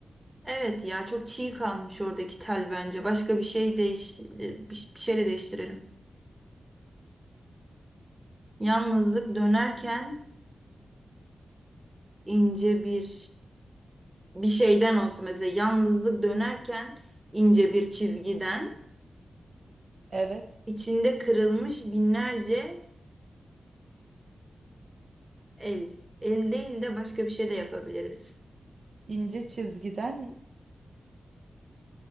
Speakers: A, on the right (about 15°); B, on the right (about 50°).
A: Evet ya çok çiğ kalmış oradaki tel bence. Başka bir şey değiş e, bir, bir şeyle değiştirelim. Yalnızlık dönerken ince bir bir şeyden olsun mesela. Yalnızlık dönerken ince bir çizgiden
B: Evet.
A: içinde kırılmış binlerce el. El değil de başka bir şey de yapabiliriz.
B: İnce çizgiden